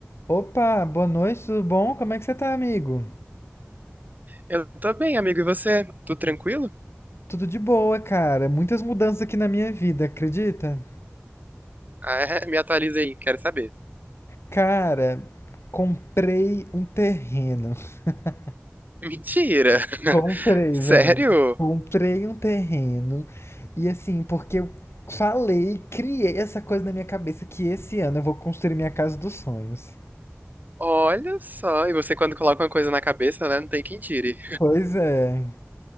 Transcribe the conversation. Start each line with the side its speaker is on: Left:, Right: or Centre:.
Left: Opa, boa noite, tudo bom? Como é que você tá, amigo?
Right: Eu tô bem, amigo. E você? Tudo tranquilo?
Left: Tudo de boa, cara. Muitas mudanças aqui na minha vida, acredita?
Right: Ah, é? Me atualiza aí, quero saber.
Left: Cara, comprei um terreno. <laughs>
Right: Mentira! <laughs>
Left: Comprei, velho.
Right: Sério?
Left: Comprei um terreno. E assim, porque eu falei, criei essa coisa na minha cabeça que esse ano eu vou construir minha casa dos sonhos.
Right: Olha só, e você quando coloca uma coisa na cabeça, né? Não tem quem tire.
Left: Pois é.